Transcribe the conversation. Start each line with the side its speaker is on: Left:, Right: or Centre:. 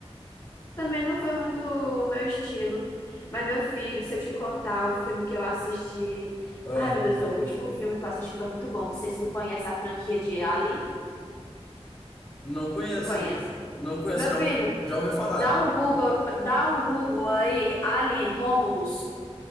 Left: Também não foi muito o meu estilo. Mas, meu filho, se eu te contar o filme que eu assisti.
Centre: Ah,
Left: Ai, meu Deus do céu, o último filme que eu assisti foi muito bom. Não sei se tu conhece a franquia de Alien.
Centre: não conheço.
Left: Tu conhece?
Centre: Não conheço.
Left: Meu
Centre: Já,
Left: filho,
Centre: já ouvi falar.
Left: dá um Google, dá um Google aí, Alien Romulus.